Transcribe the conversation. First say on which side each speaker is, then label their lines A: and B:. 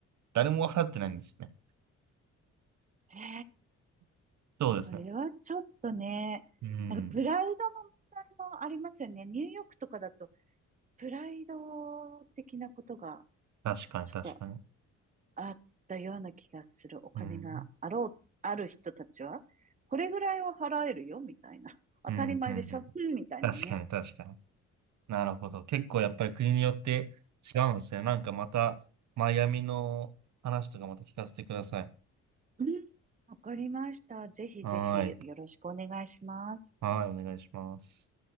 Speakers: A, on the right (about 70°); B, on the right (about 25°).
A: 誰も払ってないんですよね。
B: へ
A: そうですね。
B: それはちょっとね、
A: うん。
B: なんかプライドの問題もありますよね。ニューヨークとかだと、プライド的なことが
A: 確かに、
B: ちょっと
A: 確かに。
B: あったような気がする。お金があろう、
A: うん。
B: ある人たちは、これぐらいは払えるよ、みたいな。当たり前でしょ、
A: うん、うん、うん。
B: うん、みたいなね。
A: 確かに、確かに。なるほど。結構やっぱり国によって違うんですね。なんかまた、マイアミの話とかまた聞かせてください。
B: うん、わかりました。ぜひぜひよろしくお願いします。
A: はーい。はーい、お願いします。